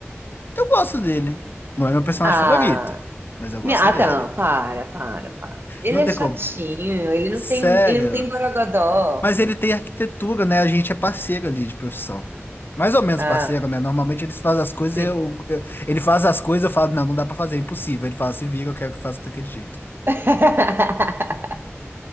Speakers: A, on the left; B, on the right.
A: Eu gosto dele. Não é meu personagem
B: Ah,
A: favorito, mas eu
B: me-
A: gosto
B: ah,
A: dele.
B: não, para, para, para. Ele
A: Não
B: é
A: tem
B: chatinho,
A: como.
B: ele não
A: Sério.
B: tem, ele não tem borogodó.
A: Mas ele tem arquitetura, né? A gente é parceiro ali de profissão. Mais ou menos
B: Ah,
A: parceiro, né? Normalmente eles fazem as coisas,
B: sim.
A: e eu, eu- ele faz as coisas, eu falo, não, não dá pra fazer, é impossível. Ele fala, se vira, eu quero que faça daquele jeito.
B: <laughs>